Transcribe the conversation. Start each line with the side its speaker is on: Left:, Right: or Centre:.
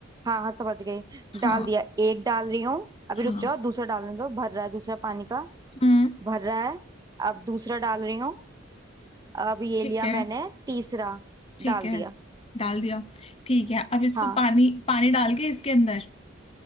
Right: हाँ हाँ समझ गई
Left: हाँ
Right: डाल दिया एक डाल रही हूँ अभी
Left: हाँ
Right: रुक जाओ दूसरा डालने दो भर रहा है दूसरा पानी का
Left: हम्म
Right: भर रहा है अब दूसरा डाल रही हूँ अब ये
Left: ठीक
Right: लिया
Left: है
Right: मैंने तीसरा
Left: ठीक
Right: डाल
Left: है
Right: दिया
Left: डाल दिया ठीक है अब इसको
Right: हाँ
Left: पानी पानी डाल के इसके अंदर